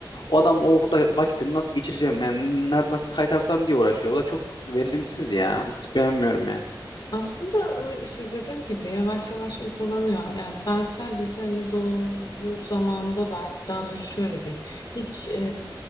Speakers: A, on the left; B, on the left.
A: o adam orada vakitini nasıl geçireceğim yani ner- nasıl kaytarsam diye uğraşıyor. Bu da çok verimsiz ya. Hiç beğenmiyorum yani.
B: Aslında o işte dediğim gibi yavaş yavaş uygulanıyor. Yani ben sadece hani doğru zamanda belki daha doğrusu şöyle diyeyim. Hiç e,